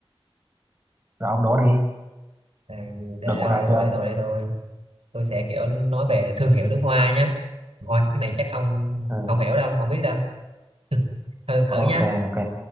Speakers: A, on the right (about 20°); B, on the right (about 80°).
A: rồi ông đố đi
B: à, để,
A: được
B: để đâu
A: câu nào
B: để
A: chưa
B: tôi để tôi để tôi tôi sẽ kiểu nói về thương hiệu nước hoa nhá thôi cái này chắc ông
A: ừ.
B: không hiểu đâu không biết đâu <laughs> thử, thử
A: ok
B: nhá
A: ok